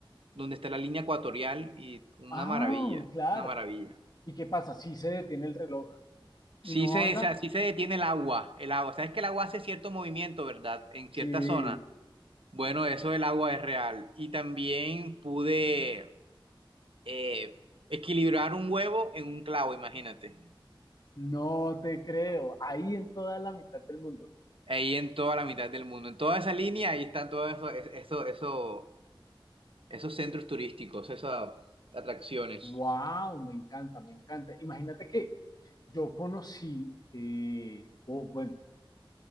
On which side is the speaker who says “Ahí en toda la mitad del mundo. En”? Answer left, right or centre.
Right